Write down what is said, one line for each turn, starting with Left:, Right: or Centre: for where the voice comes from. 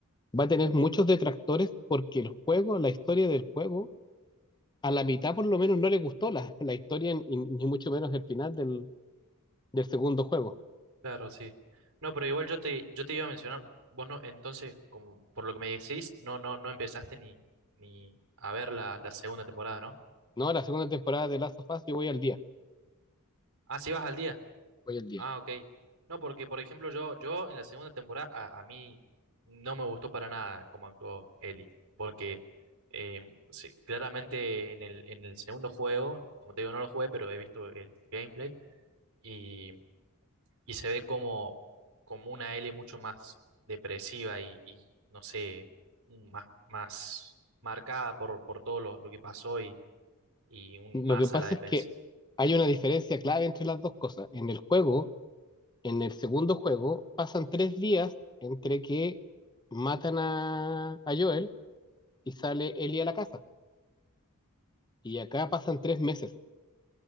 Left: va a tener muchos detractores porque el juego, la historia del juego, a la mitad por lo menos no le gustó la, la historia y- ni mucho menos el final del, del segundo juego.
Right: claro, sí. No, pero igual yo te, yo te iba a mencionar, vos no, entonces, como por lo que me decís, no, no, no empezaste ni, ni a ver la, la segunda temporada, ¿no?
Left: No, la segunda temporada de Last of Us, yo voy al día,
Right: Ah, sí vas al día.
Left: voy al día.
Right: Ah, ok. No, porque por ejemplo yo, yo en la segunda temporada a, a mí no me gustó para nada cómo actuó Ellie, porque eh, sí, claramente en el, en el segundo juego, como te digo, no lo jugué, pero he visto el gameplay y, y se ve como, como una Ellie mucho más depresiva y, y, no sé, más, más marcada por, por todo lo, lo que pasó y, y un-
Left: Lo
Right: más
Left: que pasa
Right: a la defensiva.
Left: es que hay una diferencia clave entre las dos cosas. En el juego, en el segundo juego, pasan tres días entre que matan a, a Joel y sale Ellie a la casa. y acá pasan tres meses.